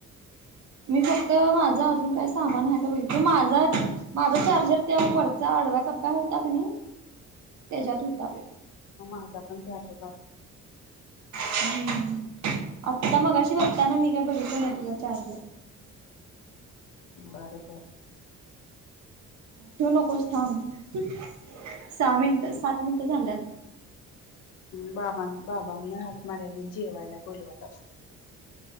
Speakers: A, on the right; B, on the left.
A: मी फक्त माझं अजून काय. सामान ह का बहि माझा माझा चार्जर त्या वरचा अडव्या कप्पा होता क नाही. त्याच्यात होता.
B: माझा पण ते हातचत.
A: हम्म आता मगाशी बघताना मी काय बघितलं नाही तुझा चार्ज.
B: बर का
A: ठेव नकोस थांब सहा मिनिटं सात मिनिटं झाल्यात.
B: बाबां बाबांनी हात मार्याला जेवायला बोलवत असत